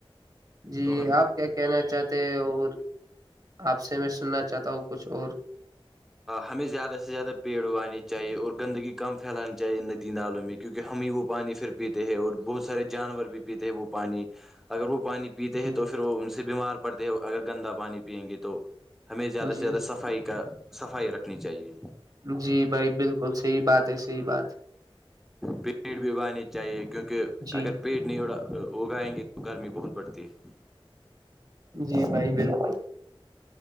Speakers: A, on the right (about 40°); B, in the centre.
A: جی
B: تو ہم
A: آپ کیا کہنا چاہتے ہیں اور آپ سے میں سننا چاہتا ہوں کچھ اور
B: ہمیں زیادہ سے زیادہ پیڑ اگانے چاہیے اور گندگی کم پھیلانی چاہیے ندی نالوں میں کیونوںکہ ہم ہی وہ پانی پھر پیتے ہیں اور بہت سارے جانور بھی پیتے ہیں وہ پانی اگر وہ پانی پیتے
A: جی
B: ہیں تو پھر وہ ان سے بیمار پڑتے ہے اگر گندا پانی پیئیں گے تو ہمیں زیادہ سے
A: جی
B: زیادہ صفائی کا صفائی رکھنی چاہیے
A: جی بھائی بالکل صحی بات ہے صحی بات
B: پیڑ بھی اگانے چاہیے کیونکہ
A: جی
B: اگر پیڑ نہیں اڑا اگائیں گے تو گرمی بہت پڑتی ہے
A: جی بھائی بالکل